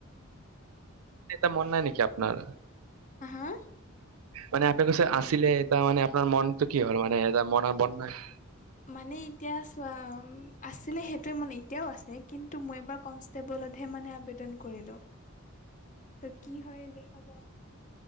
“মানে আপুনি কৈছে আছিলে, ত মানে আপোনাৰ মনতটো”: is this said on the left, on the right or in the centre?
Right